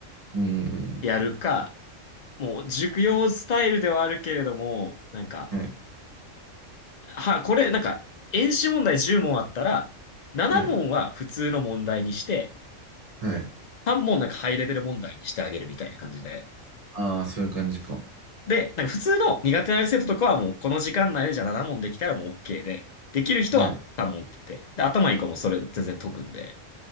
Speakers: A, on the right; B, on the left.
A: うん、
B: やるか、もう、塾用スタイルではあるけれども、なんか、
A: うん、はい、
B: は、これ、なんか、演習問題10問あったら、7問は普通の問題にして、
A: はい、はい。
B: 3問なんかハイレベル問題にしてあげるみたいな感じで。
A: ああー、そういう感じか。
B: で、なんか普通の苦手な生徒とかはもう、この時間内でじゃあ7問できたらもう OK で、できる人は3問って言って、
A: はい、
B: で、頭いい子もそれ全然解くんで、